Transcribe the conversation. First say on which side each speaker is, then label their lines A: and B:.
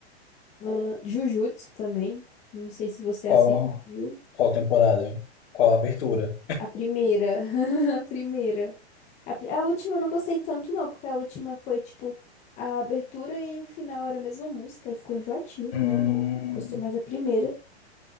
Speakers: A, on the left; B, on the left.
A: Ahn, Jujutsu também. Não sei se você
B: Qual,
A: assistiu.
B: qual temporada? Qual abertura?
A: A primeira. <laughs> A primeira. A, pri- a última eu não gostei tanto, não, porque a última foi tipo a abertura e o final era a mesma música, aí ficou enjoativo,
B: Hum,
A: né? Eu gostei mais da primeira.